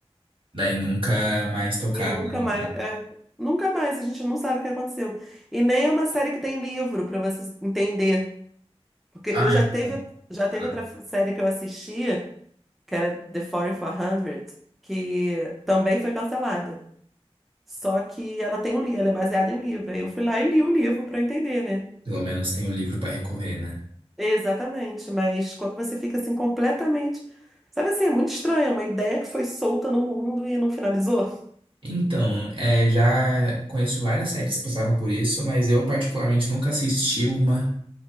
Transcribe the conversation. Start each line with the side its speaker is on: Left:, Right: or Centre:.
Right: Daí nunca mais tocaram
Centre: e nunca
Right: na
Centre: mais.
Right: obra.
Centre: é, nunca mais, a gente não sabe o que aconteceu. E nem é uma série que tem livro pra você entender. Porque
Right: Ah,
Centre: eu já
Right: então,
Centre: teve, já teve
Right: tá.
Centre: outra série que eu assistia, que era The 4400, que também foi cancelada. Só que ela tem um, li- ela é baseada em livro. Aí eu fui lá e li o livro pra eu entender, né?
Right: pelo menos tem o livro pra recorrer, né?
Centre: Exatamente, mas quando você fica assim completamente. Sabe assim, é muito estranho, uma ideia que foi solta no mundo e não finalizou.
Right: Então, é, já conheço várias séries que passaram por isso, mas eu particularmente nunca assisti uma